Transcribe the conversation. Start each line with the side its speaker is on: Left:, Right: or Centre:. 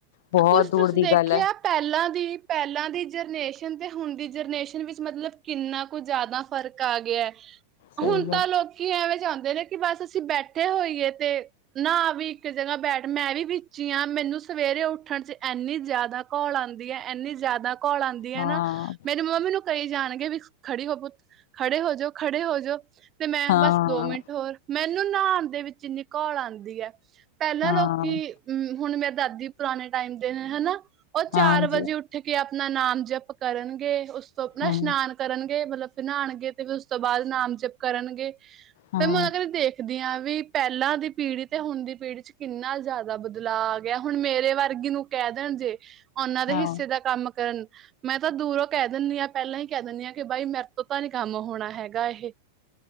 Left: ਬਹੁਤ
Right: ਕੁਛ
Left: ਦੂਰ
Right: ਤੁਸੀਂ ਦੇਖਿਆ
Left: ਦੀ ਗੱਲ ਹੈ।
Right: ਪਹਿਲਾਂ ਦੀ ਪਹਿਲਾਂ ਦੀ ਜਰਨੇਸ਼ਨ ਤੇ ਹੁਣ ਦੀ ਜਰਨੇਸ਼ਨ ਵਿੱਚ ਮਤਲਬ ਕਿੰਨਾ ਕੁ ਜ਼ਿਆਦਾ ਫਰਕ ਆ ਗਿਆ। ਹੁਣ
Left: ਸਹੀ ਗੱਲ
Right: ਤਾਂ ਲੋਕ- ਕੀ ਐਵੇਂ ਚਾਹੁੰਦੇ ਨੇ ਬਸ ਅਸੀਂ ਬੈਠੇ ਹੋਈਏ ਤੇ- ਨਾ ਵੀ ਇੱਕ ਜਗ੍ਹਾ ਬੈਠ, ਮੈਂ ਵੀ ਵਿੱਚ ਹੀ ਆਂ। ਮੈਨੂੰ ਸਵੇਰੇ ਉੱਠਣ'ਚ ਐਨੀ ਜ਼ਿਆਦਾ ਘੋਲ ਆਂਦੀ ਹੈ, ਐਨੀ ਜ਼ਿਆਦਾ ਘੋਲ ਆਂਦੀ ਆਂਦੀ ਆ
Left: ਹਾਂ
Right: ਨਾ ਮੇਰੀ ਮੰਮਾ ਨੂੰ ਕਹੀ ਜਾਣਗੇ ਵੀ ਖੜੀ ਹੋ ਪੁੱਤ, ਖੜੇ ਹੋਜੋ, ਖੜੇ ਹੋਜੋ ਤੇ ਮੈਂ
Left: ਹਾਂ
Right: ਬਸ ਦੋ ਮਿੰਟ ਹੋਰ। ਮੈਨੂੰ ਨਹਾਉਣ ਦੇ ਵਿੱਚ ਇੰਨੀ ਘੋਲ ਆਂਦੀ ਐ। ਪਹਿਲਾਂ
Left: ਹਾਂ
Right: ਲੋਕੀ, ਹਮ ਹੁਣ ਮੇਰੇ ਦਾਦੀ ਪੁਰਾਣੇ ਟਾਈਮ ਦੇ ਹਨਾ? ਉਹ ਚਾਰ
Left: ਹਾਂਜੀ
Right: ਵਜੇ ਉੱਠ- ਉਠ ਕੇ ਆਪਣਾ ਨਾਮ ਜਪ ਕਰਨਗੇ। ਉਸ ਤੋਂ ਆਪਣਾ
Left: ਹਮ
Right: ਇਸ਼ਨਾਨ- ਕਰਨਗੇ ਮਤਲਬ ਫੇਰ ਨਹਾਉਣਗੇ ਤੇ ਫਿਰ ਉਸ ਤੋਂ ਬਾਅਦ ਨਾਮ ਜਪ- ਕਰਨਗੇ
Left: ਹਮ
Right: ਫੇਰ ਮੈਂ ਅਗਦੇ ਦੇਖਦੀ ਹਾਂ ਵੀ- ਪਹਿਲਾਂ ਦੀ ਪੀੜ੍ਹੀ ਤੇ ਹੁਣ ਦੀ ਪੀੜ੍ਹੀ 'ਚ ਕਿੰਨਾ ਜ਼ਿਆਦਾ ਬਦ ਲਾ ਗਿਆ ਹੁਣ ਮੇਰੇ ਵਰਗੀ ਨੂੰ ਕਹਿ ਦੇਣ ਜੇ ਉਨ੍ਹਾਂ ਦੇ
Left: ਹਾਂ
Right: ਹਿੱਸੇ ਦਾ ਕੰਮ ਕਰਨ ਮੈਂ ਤਾਂ ਦੂਰੋਂ ਕਹਿ ਦੇਨੀ ਆ ਪਹਿਲਾਂ ਹੀ ਕਹਿ ਦੇਨੀ ਆ ਕਿ ਬਾਈ ਮੇਰੇ ਤੋਂ ਤਾਂ ਨੀ ਕੰਮ ਹੋਣਾ ਹੈਗਾ ਐ।